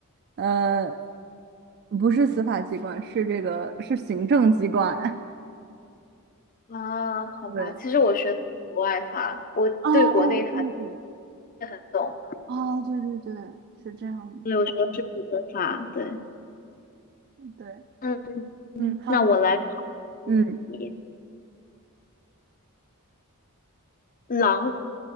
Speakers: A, on the right (about 45°); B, on the left (about 40°).
A: 呃，不是司法机关，是这个是行政机关。
B: 啊，
A: <laughs>
B: 好吧，
A: 对，
B: 其实我学的是国外法，我对国内法
A: 哦，对对，
B: 不是很懂。
A: 哦，对对对，是这样的。
B: 对，我学的是普通法，对，
A: 嗯对，
B: 嗯，
A: 嗯，好，
B: 那我来考问你，
A: 嗯，
B: 狼